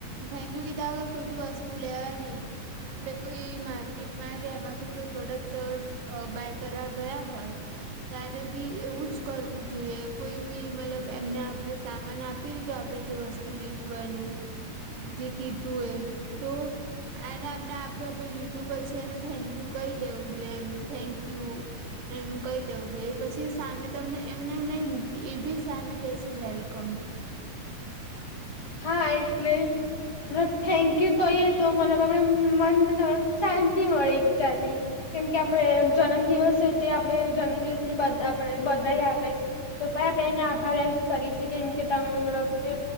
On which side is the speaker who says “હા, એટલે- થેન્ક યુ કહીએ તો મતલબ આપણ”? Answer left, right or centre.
Left